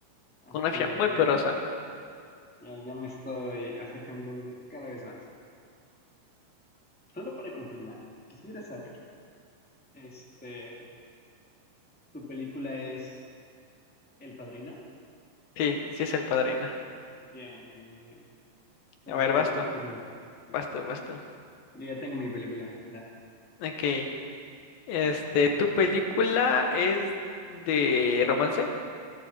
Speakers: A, in the centre; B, on the left (about 80°).
A: Aunque
B: Con una mafia muy
A: ya,
B: poderosa.
A: ya, ya me estoy acercando cada vez más. Solo para confirmar, quisiera saber, este, ¿tu película es El Padrino?
B: Sí, sí es el padrino.
A: Bien, bien, bien. Entonces,
B: A ver, basta,
A: tu turno.
B: basta, basta.
A: Yo ya tengo mi película. Da.
B: Ok. Este, ¿tu película es de romance?